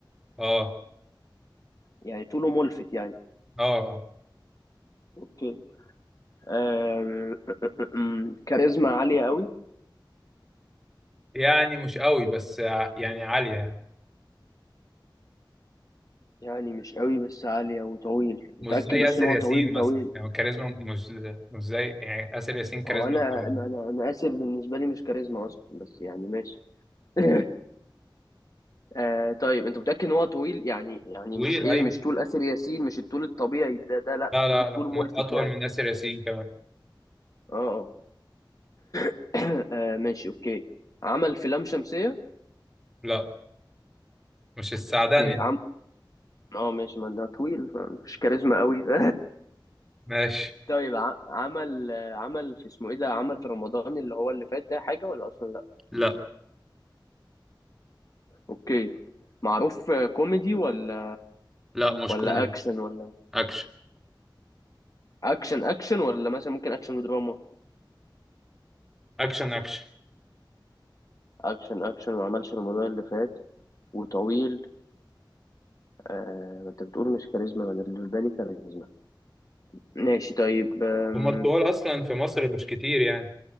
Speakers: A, in the centre; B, on the left.
A: اه
B: يعني طوله ملفت يعني
A: اه
B: اوكي آه <laughs> كاريزما عالية قوي
A: يعني مش قوي بس ع- يعني عالية
B: يعني مش قوي بس عالية وطويل متأكد
A: مش زي
B: بس
A: ياسر
B: ان هو
A: ياسين
B: طويل طويل
A: مثلا يعني كاريزما مش مش زي يعني ياسر ياسين كاريزما
B: هو انا
A: أكتر منه.
B: انا انا أنا آسر بالنسبة لي مش كاريزما اصلا بس يعني ماشي <laughs> آه طيب انت متأكد ان هو طويل يعني يعني
A: طويل
B: مش ايه
A: ايوه
B: مش طول آسر ياسين مش الطول الطبيعي ده ده لا
A: لا لا
B: طويل
A: لا
B: طول ملفت
A: م- اطول
B: يعني
A: من ياسر ياسين كمان
B: اه اه <coughs> <clears throat> آه، ماشي اوكي عمل في لام شمسية
A: لا مش السعداني
B: اوكي
A: ده.
B: اه ماشي ما ده طويل فمفيش كاريزما قوي <laughs>
A: ماشي
B: طيب ع- عمل عمل في اسمه ايه ده عمل في رمضان اللي هو اللي فات ده حاجة ولا اصلا لا
A: لا
B: اوكي معروف كوميدي ولا
A: لا مش
B: ولا
A: كوميدي
B: اكشن ولا
A: اكشن
B: اكشن اكشن ولا مثلا ممكن اكشن ودراما
A: اكشن اكشن
B: اكشن اكشن ما عملش رمضان اللي فات وطويل آه ما انت بتقول مش كاريزما ما انا اللي في بالي كاريزما ماشي طيب آم،
A: هما الطوال اصلا في مصر مش كتير يعني